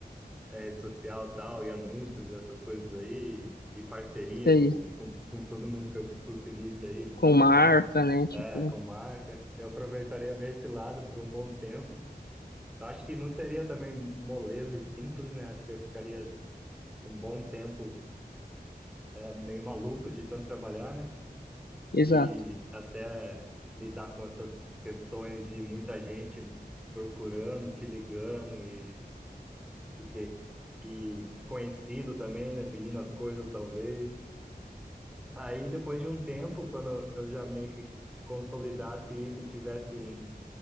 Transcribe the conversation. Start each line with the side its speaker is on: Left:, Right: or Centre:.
Centre: é, rede social e tal, e anúncios, e essas coisas aí, e, parceria
Left: sei.
Centre: com, com, com todo mundo que eu conseguisse aí, de
Left: Com
Centre: certa
Left: marca,
Centre: forma,
Left: né? Tipo,
Centre: é, com marca. Eu aproveitaria bem esse lado por um bom tempo. Eu acho que não seria também moleza e simples, né? Acho que eu ficaria um bom tempo é, meio maluco de tanto trabalhar, né?
Left: exato.
Centre: E até lidar com essas questões de muita gente procurando, te ligando e, e, que, e conhecido também, né? Pedindo as coisas, talvez. Aí, depois de um tempo, quando eu já meio que consolidasse isso e tivesse um